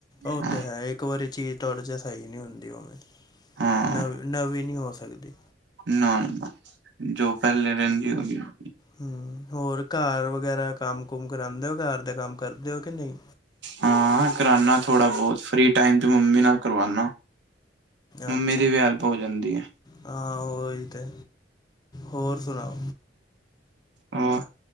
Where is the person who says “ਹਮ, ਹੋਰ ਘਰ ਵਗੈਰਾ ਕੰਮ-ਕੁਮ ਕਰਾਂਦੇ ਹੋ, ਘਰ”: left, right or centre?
Left